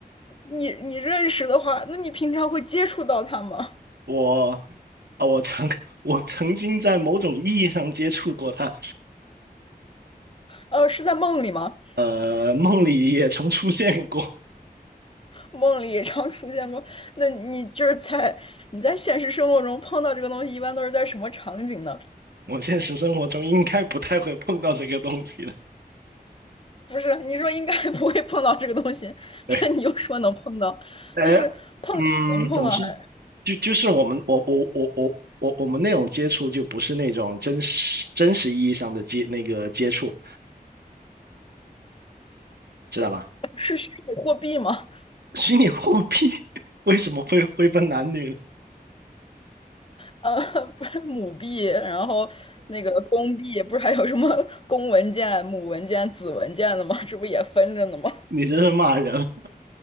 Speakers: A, on the left (about 35°); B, on the right (about 85°).
A: 你你认识的话，那你平常会接触到他吗？
B: 我啊，我曾我曾经在某种意义上接触过他，
A: 呃，是在梦里吗？
B: 呃，梦里也曾出现过，
A: 梦里也常出现过。那你就是在你在现实生活中碰到这个东西，一般都是在什么场景呢？
B: 我现实生活中应该不太会碰到这个东西了。
A: 不是，你说应该不会碰到这个东西，
B: 对，
A: 但你又说能碰到，
B: 哎，
A: 那是碰不碰到还
B: 嗯，怎么说呢？就就是我们我我我我我我们那种接触，就不是那种真实真实意义上的接那个接触，知道吧？
A: 是虚拟货币吗？
B: 虚拟货币 <laughs> 为什么会会分男女呢
A: 呃，不是母币，然后那个公币，不是还有什么公文件、母文件、子文件的吗？这不也分着呢吗？
B: 你这是骂人